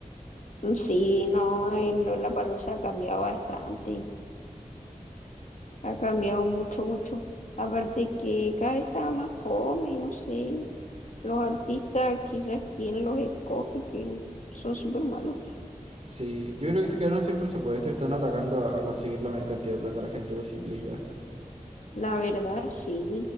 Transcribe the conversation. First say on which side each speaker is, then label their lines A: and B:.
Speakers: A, on the left; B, on the right.
A: Sí, no, en Lollapalooza ha cambiado bastante. Ha cambiado mucho, mucho. Aparte que cada vez está más fome, no sé. Los artistas, quizás quien los escoge, que son súper malos.
B: Sí, yo creo que se quedaron sin presupuesto y están atacando a, a conseguir la mayor cantidad de plata a la gente posible y ya.
A: La verdad, sí.